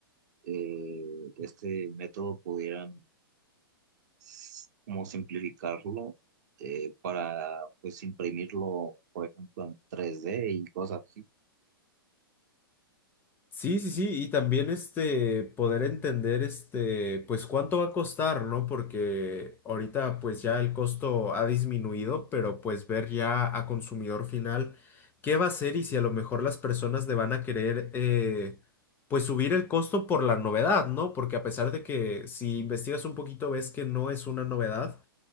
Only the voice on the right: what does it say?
eh, este método pudieran s- como simplificarlo eh, para pues imprimirlo, por ejemplo, en 3D y cosas así.